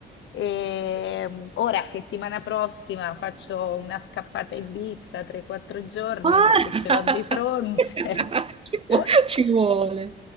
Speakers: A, on the left; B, on the right.
A: E, mh, ora, settimana prossima, faccio una scappata a Ibiza 3-4 giorni
B: Ah!
A: perché ce l'ho di fronte.
B: <laughs> Ci vuo-
A: <laughs>
B: ci vuole,